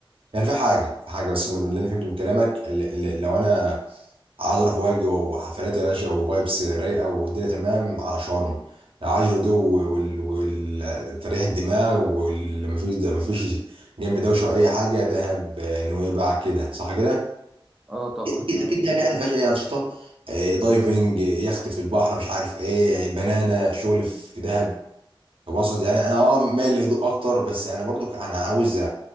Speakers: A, on the right; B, in the centre.
A: يعني في حاجه في حاجه بس انا من اللي انا فهمته من كلامك اللي اللي لو انا عايز اروح واجي وحفلات يا باشا وفايبس رايقه والدنيا تمام على شرم لو عايز الهدوء وال- وال- وتريح الدماغ واللي مفيش مفيش جنب دوشه ولا اي حاجه دهب آه، نويبع كده صح كده؟
B: اه طبعا
A: اكيد
B: يعني
A: اكيد دهب يعني فيهاش اي انشطه آه، دايفنج آه، يخت في البحر مش عارف ايه بنانا شغل في دهب طب اقصد يعني انا اه مايل للهدوء اكتر بس يعني برضو انا عاوز أ-